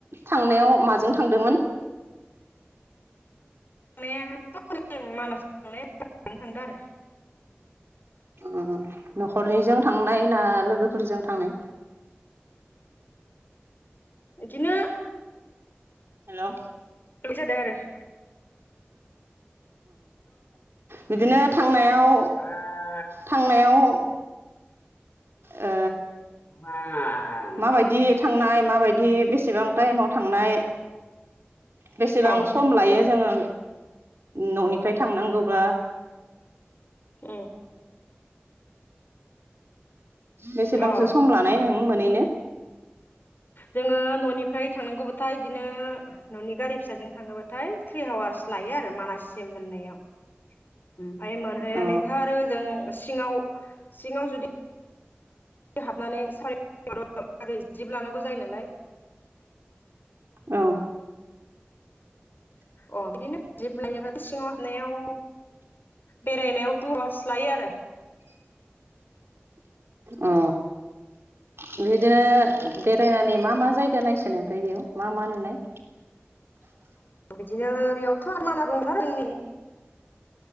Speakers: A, on the right (about 70°); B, on the left (about 50°).
A: थांनायाव माजों थांदोमोन?
B: थांनायाथ' जों मानास थांनाया <inaudible> थांदों आरो।
A: ओम न'खरनिजों थांनाय ना लोगोफोरजों थांनाय?
B: इदिनो
A: हेल' ओ
B: बे जादों आरो
A: बिदिनो थांनायाव
B: आ
A: थांनायाव ओ
B: <unintelligible>
A: माबायदि थांनाय माबायदि बेसेबां टाइमाव थांनाय बेसेबां
B: उम
A: सम लायो जोङो न'निफ्राय थांनांगौब्ला।
B: उम।
A: बेसेबांसो
B: जोङो
A: सम लानाय नों मोनैनो?
B: जोङो न'निफ्राय थांनांगौबाथाय इदिनो न'नि गारि फिसाजों थाङोबाथाय ट्रि हावार्स लायो आरो मानास सिम मोननायाव। ओमफाय मोनहैनानैथ'
A: अ
B: आरो ओजों सिङाव सिङाव जुदि हाबनानै सारा <unintelligible> आरि जिप लानांगौ जायो नालाय।
A: औ।
B: अ बिदिनो जिप लायोब्लाथाय' सिङाव हाबनायाव बेरायनायाव टु आवार्स लायो आरो।
A: अ बिदिनो बेरायनानै मा मा जायगा नायसोनाय ओमफ्राय बेयाव मा मा नुनाय?
B: बिदिनो बेयावथ' आरो मा मा <unintelligible>